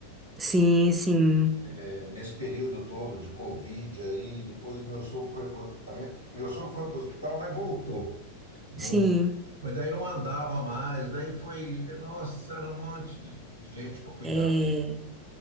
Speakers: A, on the right (about 15°); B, on the right (about 85°).
A: sim, sim,
B: É, Nesse período todo de Covid aí, depois meu sogro foi pro, a minha- meu sogro foi para o hospital, mas voltou. Não,
A: sim.
B: mas daí não andava mais, daí foi, nossa, era um monte de de gente para cuidar
A: É,
B: dele.